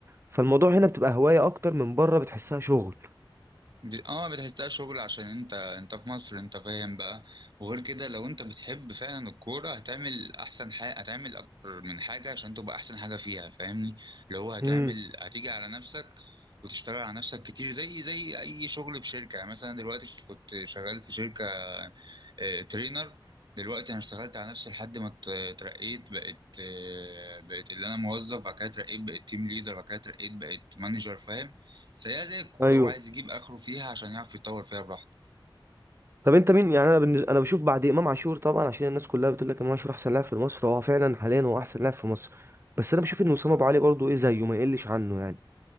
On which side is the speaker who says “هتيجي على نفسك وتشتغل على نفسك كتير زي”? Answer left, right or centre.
Right